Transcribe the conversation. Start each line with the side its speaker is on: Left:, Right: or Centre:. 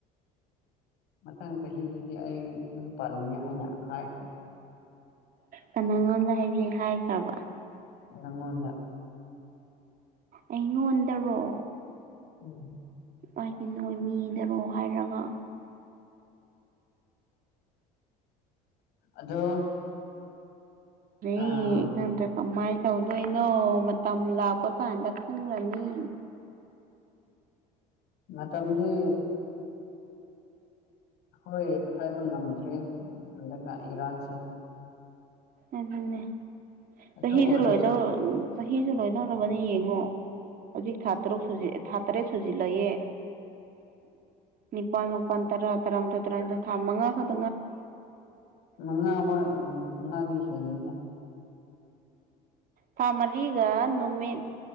Left: ꯃꯊꯪ ꯆꯍꯤꯗꯒꯤ ꯑꯩ ꯌꯨꯝ ꯄꯥꯜꯂꯅꯤ ꯍꯥꯏꯅ ꯍꯥꯏꯈ꯭ꯔꯦ
Right: ꯀꯅꯥꯉꯣꯟꯗ ꯍꯥꯏꯕꯤ ꯍꯥꯏꯈ꯭ꯔꯕ
Left: ꯅꯉꯣꯟꯗ
Right: ꯑꯩꯉꯣꯟꯗꯔꯣ
Left: ꯎ <unintelligible>
Right: ꯑꯩꯗꯤ ꯅꯣꯏ ꯃꯤꯗꯔꯣ ꯍꯥꯏꯔꯒ
Left: ꯑꯗꯣ
Right: ꯑꯦꯀꯟꯗ꯭ꯔ
Left: ꯑꯥ
Right: ꯀꯃꯥꯏ <unintelligible> ꯇꯧꯗꯣꯏꯅꯣ ꯃꯇꯝ ꯂꯥꯛꯄ ꯀꯥꯟꯗ ꯈꯪꯂꯅꯤ
Left: ꯃꯇꯝꯗꯤ ꯍꯣꯏ ꯍꯥꯏꯕ ꯉꯝꯗ꯭ꯔꯤ ꯍꯟꯗꯛ ꯏꯔꯥꯡꯁꯦ
Right: ꯑꯗꯨꯅꯦ
Left: ꯑꯗꯨ
Right: ꯆꯍꯤꯁꯨ
Left: ꯑꯣꯏꯔꯁꯨ
Right: ꯂꯣꯏꯗꯧ ꯆꯍꯤꯁꯨ ꯂꯣꯏꯗꯧꯔꯕꯅꯤ ꯌꯦꯡꯉꯣ ꯍꯧꯖꯤꯛ ꯊꯥ ꯇꯔꯨꯛ ꯊꯥ ꯇꯔꯦꯠ ꯁꯨꯖꯤꯜꯂꯛꯑꯦ
Left: <inaudible>
Right: ꯅꯤꯄꯥꯥꯟ ꯃꯄꯟ ꯇꯔꯥ ꯇꯔꯥꯃꯊꯣꯏ ꯇꯔꯥꯅꯤꯊꯣꯏ ꯊꯥ ꯃꯉꯥ ꯇꯛ
Left: ꯃꯉꯥꯋꯥ ꯃꯉꯥꯗꯤ ꯍꯦꯜꯂꯦꯗ
Right: ꯊꯥ ꯃꯔꯤꯒ ꯅꯨꯃꯤꯠ